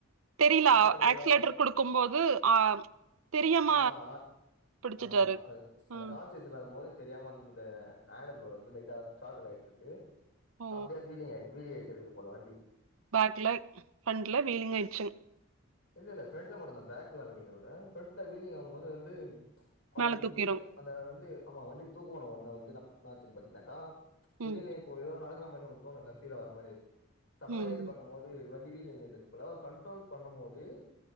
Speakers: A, on the right (about 80°); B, on the left (about 60°).
A: தெரிலா
B: ஆட்டோமேட்டிக்கா
A: ஆக்ஸிலேட்டரு குடுக்கும் போது ஆ தெரியாம
B: ஆ ஆட்
A: பிடிச்சிட்டாரு
B: ஆமா அந்த
A: ம்
B: கான்சியஸ் இல்லாத மோது தெரியாம வந்த ஹண்டர் போடு வந்து லைட்டா கார்டர் ஆயிட்டுருக்கு
A: ஓ
B: அப்டியே அது வீலிங் ஆய் வீலிங் இருக்கு போல வண்டி
A: பேக்ல ஃரண்ட்ல வீலிங்க் ஆயிடுச்சுங்
B: இல்ல இல்ல ஃப்ரெண்ட்ல மட்டுதா பேக்ல வீலிங் ஆவுல ஃப்ரெண்ட்ல வீலி்ங் ஆவுமோது வந்து அவுரு
A: மேல தூக்கிரு
B: திடீர்னு அந்த வந்து ஆமா வண்டி தூக்குவோன்ன ஒன்ன வந்து நா என்னாச்சினு பாத்தீனாக்கா திடீர்னு
A: ம்
B: இப்போ ஏதோ நடக்குற மாரி நம்மளுக்கு தோணுல ஃபீல் ஆவற மாரி சட்னாதா
A: ம்
B: ஏழ்ந்து பாக்குமோது வண் வீல் இல்லெண்டு இப்பலா கண்ட்ரோல் பண்ணுமோது